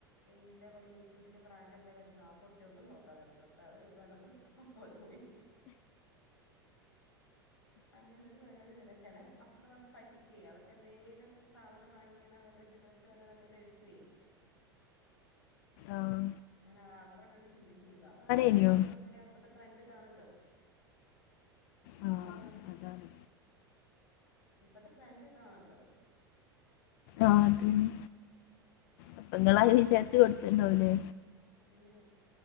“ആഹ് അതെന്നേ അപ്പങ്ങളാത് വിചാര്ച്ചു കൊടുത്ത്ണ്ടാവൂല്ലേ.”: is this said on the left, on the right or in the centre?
Left